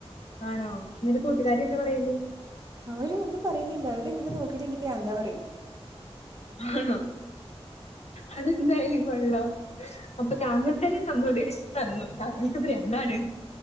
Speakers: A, on the left (about 75°); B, on the right (about 35°).
A: ആണോ നിന്റെ കൂട്ടുകാരി എന്താ പറയല്?
B: ആരും ഒന്നും പറയുന്നില്ല അവര്ങ്ങനെ നോക്കിയിട്ടെനിക്ക് പ്രാന്താ പറയും.
A: ആണോ അതെന്തായാലും കൊള്ളാം. അപ്പൊ താങ്കൾ തന്നെ സമ്മതിച്ചു തന്നു താങ്കൾക്ക് ബ്രത്നണ്ന്ന്